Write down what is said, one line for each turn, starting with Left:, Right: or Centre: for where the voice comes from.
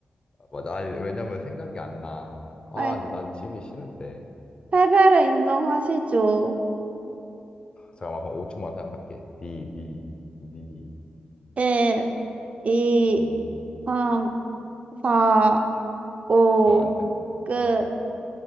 Left: 맞아. 아니, 왜냐면 생각이 안 나. 아,
Right: 아니,
Left: 근데 난 지기 싫은데.
Right: 패배를 인정하시죠.
Left: 잠깐만, 그럼 5초만 생각할게. 니, 니, 니,
Right: 1, 2,
Left: 니.
Right: 3, 4, 5,
Left: 아, 안 되나?
Right: 끝.
Left: 장어라.